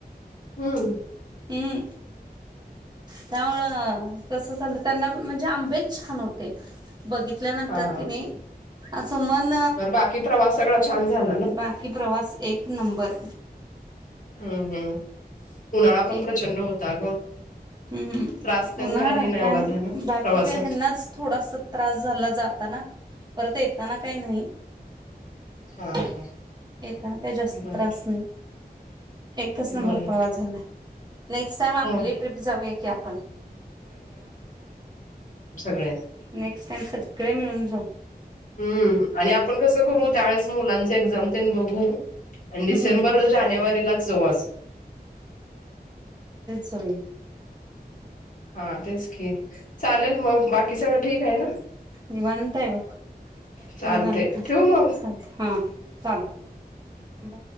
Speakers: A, on the left; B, on the right.
A: हम्म
B: हम् त्यामुळं कस चालं त्यांना म्हणजे आंबेच छान होते बघितल्यानंतर
A: हा
B: कि नाही सुमन
A: बर बाकी प्रवास सगळा छान झाला ना
B: बाकी प्रवास एक एक नंबर
A: हम्म हम्म उन्हाळा पण
B: एक
A: प्रचंड होता ग
B: हम्
A: त्रास तेन
B: ना
A: नाही एवढा
B: काय
A: झाला
B: बाकी
A: प्रवासात
B: काय हनाच थोडासा त्रास झाला जाताना परत येताना काही नाही
A: हा
B: येताना
A: हा
B: काही जास्त
A: बर
B: त्रास नाही एकच नंबर
A: बर
B: नेक्स्ट टाईम आपली
A: हो
B: ट्रीप जाऊया की, आपण
A: व्हय.
B: नेक्स्ट टाइम सगळे मिळून जाऊ.
A: हम्म आणि आपण कस करू? त्यावेळेस मुलांच एक्झाम तेन बघू आणि डिसेंबर,
B: हम्म
A: जानेवारीलाच जाऊ अस.
B: सगळी.
A: हा तेच की, चालेल मग बाकी सगळं ठीक आहे ना!
B: निवांत हाय बघ,
A: चालतय
B: निवांत,
A: ठेवू मग
B: हा चालतय.